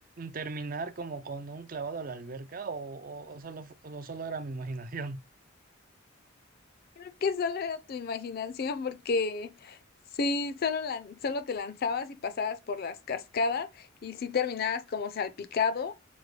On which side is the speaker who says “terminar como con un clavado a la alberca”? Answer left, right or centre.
Right